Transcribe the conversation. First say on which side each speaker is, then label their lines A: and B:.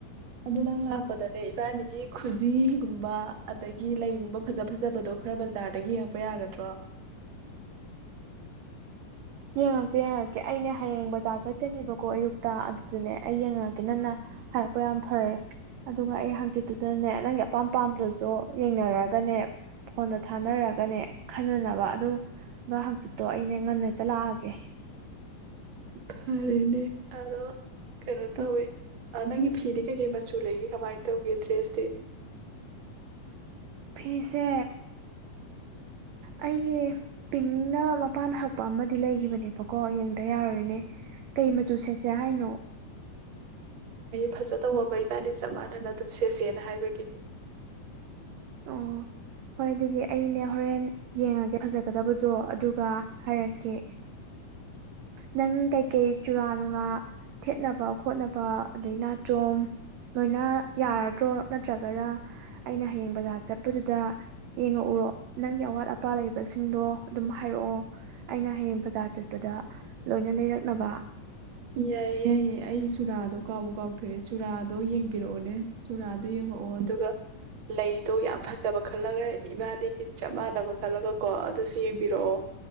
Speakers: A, on the right (about 55°); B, on the right (about 80°).
A: ꯑꯗꯨ ꯅꯪ ꯂꯥꯛꯄꯗꯅꯦ ꯏꯕꯥꯅꯤꯒꯤ ꯈꯨꯖꯤꯒꯨꯝꯕ ꯑꯗꯒꯤ ꯂꯩꯒꯨꯝꯕ ꯐꯖ ꯐꯖꯕꯗꯣ ꯈꯔ ꯕꯖꯥꯔꯗꯒꯤ ꯌꯦꯡꯉꯛꯄ ꯌꯥꯒꯗ꯭ꯔꯣ
B: ꯌꯦꯡꯉꯛꯀꯦ ꯌꯦꯡꯉꯛꯀꯦ ꯑꯩꯅꯦ ꯍꯌꯦꯡ ꯕꯖꯥꯔ ꯆꯠꯀꯅꯦꯕꯀꯣ ꯑꯌꯨꯛꯇ ꯆꯨꯅꯦ ꯑꯩ ꯌꯦꯡꯉꯛꯑꯒꯦ ꯅꯪꯅ ꯍꯥꯏꯔꯛꯄ ꯌꯥꯝ ꯐꯔꯛꯑꯦ ꯑꯗꯨꯒ ꯑꯩ ꯍꯪꯆꯤꯠ ꯑꯗꯨꯗꯅꯦ ꯅꯪꯒꯤ ꯑꯄꯥꯝ ꯄꯥꯝꯝꯕꯗꯨꯁꯨ ꯌꯦꯡꯅꯔꯒꯅꯦ ꯐꯣꯟꯗ ꯊꯥꯅꯔꯒꯅꯦ ꯈꯟꯅꯅꯕ ꯑꯗꯨꯒ ꯍꯪꯆꯤꯠꯇꯣ ꯑꯩꯅ ꯉꯟꯅ ꯇ ꯂꯥꯛꯒꯦ
A: ꯐꯔꯦꯅꯦ ꯑꯗꯣ ꯀꯩꯅꯣ ꯇꯧꯋꯦ ꯅꯪꯒꯤ ꯐꯤꯗꯤ ꯀꯩꯀꯩ ꯃꯆꯨ ꯂꯩꯒꯦ ꯀꯃꯥꯏꯅ ꯇꯧꯒꯦ ꯗ꯭ꯔꯦꯁꯇꯤ
B: ꯐꯤꯁꯦ ꯑꯩꯒꯤ ꯄꯤꯡꯅ ꯃꯄꯥꯟ ꯍꯛꯄ ꯑꯃꯗꯤ ꯂꯩꯈꯤꯕꯅꯦꯕꯀꯣ ꯌꯦꯡꯗ ꯌꯥꯔꯣꯏꯅꯦ ꯀꯩ ꯃꯆꯨ ꯁꯦꯠꯁꯦ ꯍꯥꯏꯅꯣ
A: ꯐꯖꯗꯧꯕ ꯃꯩ ꯏꯕꯥꯟꯅꯤ ꯆꯞ ꯃꯥꯟꯅꯅ ꯑꯗꯨꯝ ꯁꯦꯠꯁꯦꯅ ꯍꯥꯏꯕꯒꯤꯅꯤ
B: ꯑꯣ ꯍꯣꯏ ꯑꯗꯨꯗꯤ ꯑꯩꯅꯦ ꯍꯣꯔꯦꯟ ꯌꯦꯡꯉꯒꯦ ꯐꯖꯒꯗꯕꯗꯣ ꯑꯗꯨꯒ ꯍꯥꯏꯔꯛꯀꯦ ꯅꯪ ꯀꯩꯀꯩ ꯆꯨꯔꯥ ꯅꯨꯡꯂꯥ ꯊꯦꯠꯅꯕ ꯈꯣꯠꯅꯕ ꯑꯗꯩ ꯅꯥꯆꯣꯝ ꯂꯣꯏꯅ ꯌꯥꯔꯗ꯭ꯔꯣ ꯅꯠꯇ꯭ꯔꯒꯅ ꯑꯩꯅ ꯍꯌꯦꯡ ꯕꯖꯥꯔ ꯆꯠꯄꯗꯨꯗ ꯌꯦꯡꯉꯛꯎꯔꯣ ꯅꯪꯒꯤ ꯑꯋꯥꯠ ꯑꯄꯥ ꯂꯩꯕꯁꯤꯡꯗꯣ ꯑꯗꯨꯝ ꯍꯥꯏꯔꯛꯑꯣ ꯑꯩꯅ ꯍꯌꯦꯡ ꯕꯖꯥꯔ ꯆꯠꯄꯗ ꯂꯣꯏꯅ ꯂꯩꯔꯛꯅꯕ
A: ꯌꯥꯏꯌꯦ ꯌꯥꯏꯌꯦ ꯑꯩ ꯆꯨꯔꯥꯗꯣ ꯀꯥꯎꯕ ꯀꯥꯎꯊꯣꯛꯑꯦ ꯆꯨꯔꯥꯗꯣ ꯌꯦꯡꯕꯤꯔꯛꯑꯣꯅꯦ ꯆꯨꯔꯥꯗꯣ ꯌꯦꯡꯉꯛꯑꯣ ꯑꯗꯨꯒ ꯂꯩꯗꯣ ꯌꯥꯝ ꯐꯖꯕ ꯈꯜꯂꯒ ꯏꯃꯥꯗꯒꯤ ꯆꯞ ꯃꯥꯟꯅꯕ ꯈꯜꯂꯒ ꯀꯣ ꯑꯗꯨꯁꯨ ꯌꯦꯡꯕꯤꯔꯛꯑꯣ